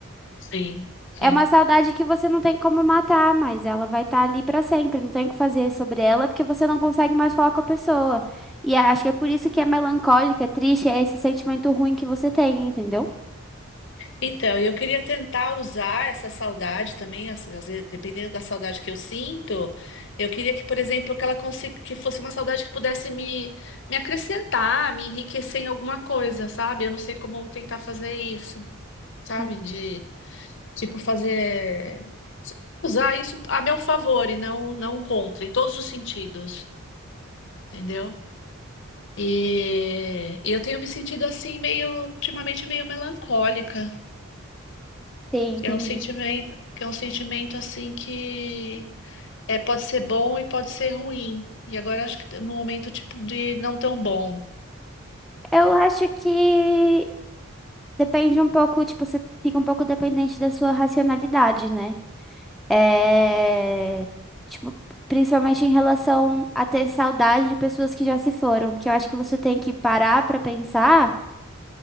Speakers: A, on the left; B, in the centre.
A: Sim, sim.
B: É uma saudade que você não tem como matar, mas ela vai estar ali pra sempre. Não tem o que fazer sobre ela, porque você não consegue mais falar com a pessoa. E acho que é por isso que é melancólica, é triste, é esse sentimento ruim que você tem, entendeu?
A: Então, eu queria tentar usar essa saudade também, às- às vezes, dependendo da saudade que eu sinto, eu queria que, por exemplo, que ela consiga, que fosse uma saudade que pudesse me, me acrescentar, me enriquecer em alguma coisa, sabe? Eu não sei como tentar fazer isso, sabe?
B: Hum,
A: De, tipo, fazer, usar isso a meu favor e não, não contra, em todos os sentidos, entendeu? E e eu tenho me sentido assim, meio, ultimamente, meio melancólica.
B: Sim, entendi.
A: É um sentimento, que é um sentimento assim que é, pode ser bom e pode ser ruim. E agora acho que no momento tipo de não tão bom.
B: Eu acho que depende um pouco, tipo, você fica um pouco dependente da sua racionalidade, né? É... Tipo, principalmente em relação a ter saudade de pessoas que já se foram, porque eu acho que você tem que parar pra pensar.